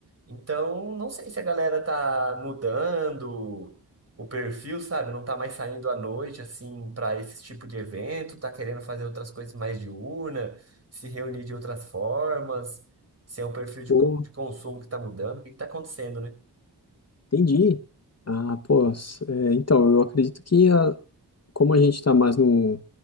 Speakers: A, on the right; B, on the left.
A: Então, não sei se a galera tá mudando o perfil, sabe? Não tá mais saindo à noite, assim, para esse tipo de evento, tá querendo fazer outras coisas mais diurna, se reunir de outras formas, se é um perfil de,
B: Pô,
A: co- de consumo que tá mudando, o que que tá acontecendo, né?
B: entendi. Ah, pô, s- é, então, eu acredito que a- como a gente está mais num,